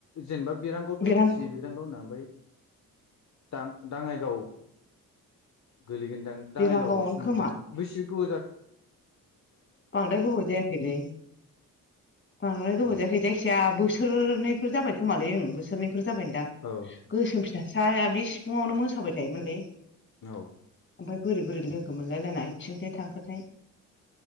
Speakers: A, on the left (about 55°); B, on the left (about 35°).
A: जेनेबा बिरांगौवथ'
B: बेरां
A: मिथियो बिरांगाव होनना ओमफाय दा-दाङाइगाव गोलैगोनदां
B: बेरांगावआवनो
A: दाङाइगावआवसो
B: खोमा
A: मोनदां बेसे गोबाव जा
B: बांद्राय गोबाव जायाखैलै बांद्राय गोबाव
A: उम
B: जायाखै जायखिजाया बोसोरनैफोर जाबाय खोमालै ओं बोसोरनैफोर जाबायनोदां
A: औ
B: गोसोम फिसासाया बे सिफुंङावनो मोसाबाय थायोमोनलै।
A: औ
B: ओमफाय बोरै बोरै लोगो
A: उम
B: मोनलाय लायना इथिंसो थांखोथाय।